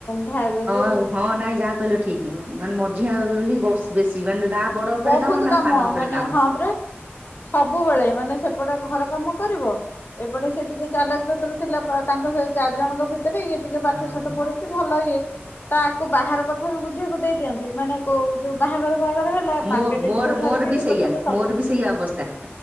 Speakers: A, on the left (about 50°); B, on the right (about 40°).
A: ଭା ଯୋଉ
B: ଆଉ ହଁ ନାଇଁ ଯାହା କହିଲ ଠିକ ମାନେ ମ ଝିଅ ହବ ବେଲି ବେଶୀ ମାନେ ନା ବଡ ଉପରେ
A: ବହୁତ
B: ନା
A: କାମ
B: ସାନ ଉପରେ
A: ମାନେ
B: କାମ।
A: ହଁ ପରା, ସବୁବେଳେ ମାନେ ସେପଟେ ଘର କାମ କରିବ ଏପଟେ ସେ ଟିକେ ଚାଲାକ ଚତୁର ଥିଲା, ତାଙ୍କ ସେ ଚାରି ଜଣଙ୍କ ଭିତରେ ତେବେ ଇଏ ଟିକେ ପାଠ
B: ହଁ
A: ଶାଠ ପଢ଼ୁଛି, ଭଲ ଇଏ ତାକୁ ବାହାର କଥା ବି ବୁଝିବାକୁ ଦେଇ ଦିଅନ୍ତି, ମାନେ କୋଉ ଯୋଉ ବାହାଘର ଫାହାଘର ମାର୍କେଟିଙ୍ଗ
B: ମୋ ମୋର
A: ଠୁ
B: ମୋର
A: ଧରିକି
B: ବି
A: ଏପର୍ଯ୍ୟନ୍ତ
B: ସେଇଆ
A: ସବୁ।
B: ମୋର ବି ସେଇଆ ଅବସ୍ଥା।